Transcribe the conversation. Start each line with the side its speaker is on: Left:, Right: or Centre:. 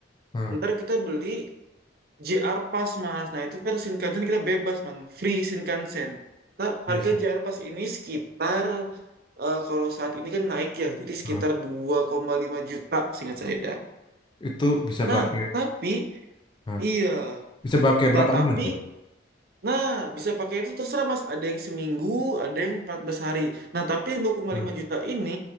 Left: nah,
Right: ntar kita beli JR Pass mas. Nah itu versi Shinkansen kita bebas man, free Shinkansen. Nah,
Left: bisa.
Right: harga JR Pass ini sekitar eh, kalau saat ini kan naik ya, jadi sekitar
Left: Nah,
Right: dua koma lima juta seingat saya.
Left: itu bisa
Right: Nah
Left: pakai.
Right: tapi
Left: Nah,
Right: iya,
Left: bisa pakai
Right: nah
Left: berapa
Right: tapi
Left: lama itu?
Right: nah bisa pakai itu terserah mas. Ada yang seminggu, ada yang 14 hari. Nah tapi yang dua koma
Left: Hmm.
Right: lima juta ini